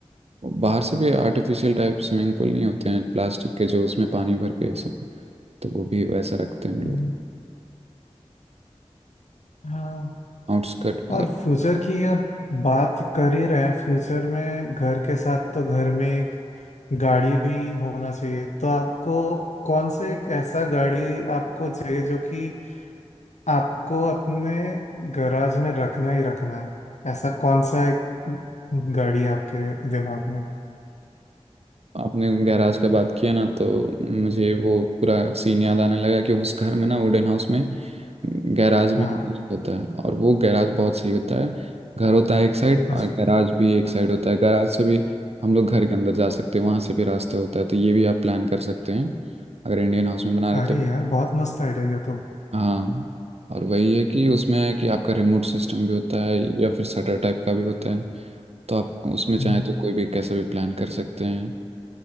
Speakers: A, on the right; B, on the left.
A: बाहर से भी आर्टिफिशियल टाइप स्विमिंग पूल नहीं होते हैं प्लास्टिक के जो उसमें पानी भर के सब तो वो भी वैसा रखते हैं वो
B: हम्म,
A: लोग
B: हाँ
A: आउटस्कर्ट में
B: और
A: अगर
B: फ्यूचर की अब बात कर ही रहे हैं फ्यूचर में घर के साथ तो घर में एक गाड़ी भी होना चाहिए तो आपको कौन से एक ऐसा गाड़ी आपको चाहिए जो कि आपको अपने गैराज में रखना ही रखना है ऐसा कौन सा एक गाड़ी है आपके दिमाग में
A: आपने गैराज का बात किया ना तो मुझे वो पूरा सीन याद आने लगा कि उस घर में ना वुडन हाउस में गैराज भी
B: हाँ
A: बहुत होता है और वो गैराज बहुत सही होता है घर होता है एक साइड
B: अच्छा
A: और गैराज भी एक साइड होता है गैराज से भी हम लोग घर के अंदर जा सकते हैं वहाँ से भी रास्ते होता है तो ये भी आप प्लान कर सकते हैं अगर इंडियन हाउस में बना रहे
B: अरे
A: तो
B: यार बहुत मस्त आइडिया ये तो
A: हाँ और वही है कि उसमें है कि आपका रिमोट सिस्टम भी होता है या फिर शटर टाइप का भी होता है तो आप उसमें चाहें
B: हम्म,
A: तो कोई भी कैसा भी प्लान कर सकते हैं